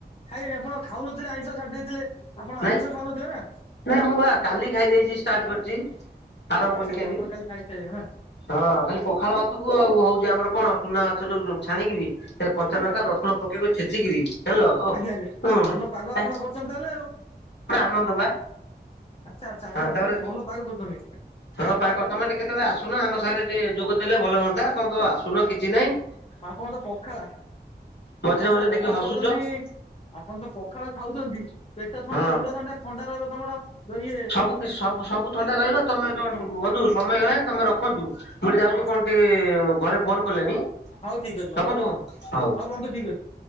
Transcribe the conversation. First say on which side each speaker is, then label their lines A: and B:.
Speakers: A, on the left (about 35°); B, on the left (about 80°).
A: ଖାଇନି ଆପଣ ଖାଉନଥିଲେ ଆଇିଷ ଛାଡି ଦେଇେଇଥିଲେ ଆପଣ
B: ନାଇଁ
A: ଆମିଷ ଖାଉନଥିଲେ ନା।
B: ନାଇଁ ମୁଁ ବା କାଲି ଖାଇ ଦେଇେଇଛି ଷ୍ଟାର୍ଟ କରିଛି ଆରମ୍ଭ
A: ଆଚ୍ଛା
B: କଲି
A: ଆଚ୍ଛା
B: କାଲି।
A: ଆପଣ ଖାଇସାଇଲେଣି ନା
B: ହଁ ଖାଲି ପଖାଳ ଭାତକୁ ଆଉ ହଉଛି ଆମର କଣ ଚୁନା ମାଛ ଯୋଉ ଛାଣିକି। କଞ୍ଚା
A: ଆଚ୍ଛା
B: ଲଙ୍କା ରସୁଣ ପକେଇକ ଛେଚିକରି ହେଲ।
A: ଆଜ୍ଞା ଆଜ୍ଞା
B: ପୁରା
A: ଆଉ ଭଲ ପାଗ ଆପଣ କରିଛନ୍ତି ତାହେଲେ ଆଉ।
B: ଆନନ୍ଦ ବା।
A: ଆଚ୍ଛା ଆଚ୍ଛା ଆପଣ
B: ହଁ ତାପରେ
A: ବହୁତ ଭଲ ପାଗ କରୁଛନ୍ତି।
B: ହଁ ପାଖ ତମେ ଟିକେ କେତେବେଳେ ଆସୁନ ଆମ ସାଙ୍ଗରେ ଟିକେ ଯୋଗଦ ଦେଲେ ଭଲ ହୁଅନ୍ତା ତମେ ତ ଆସୁନ କିଛି ନାଇଁ।
A: ଆପଣ ତ ପଖାଳ
B: ମଝିରେ
A: ଆପଣ
B: ମଝିରେ
A: ତ ପଖାଳ
B: ଦେଖି ହସୁଛ
A: କହୁଛନ୍ତି। ଆପଣ ତ ପଖାଳ ଖାଉଛନ୍ତି ପେଟ ଥଣ୍ଡା
B: ହଁ
A: ମୁଣ୍ଡ ଥଣ୍ଡା ଥଣ୍ଡା ରହିବ ତମର ଇଏ
B: ସବୁ ସବୁ ସବୁ ଥଣ୍ଡା ରହିବ ତମେ
A: ହଁ
B: ବନ୍ଧୁ ସମୟ ହେଲାଣି ତମେ ରଖନ୍ତୁ ମୁଁଟେ
A: ହଁ
B: ଯାଉଛି କଣ କେ ଘରେ ଫୋନ କଲେଣି
A: ହଉ ଠିକ ଅଛି
B: ରଖନ୍ତୁ ବନ୍ଧୁ ହଉ।
A: ବନ୍ଧୁ ଠିକ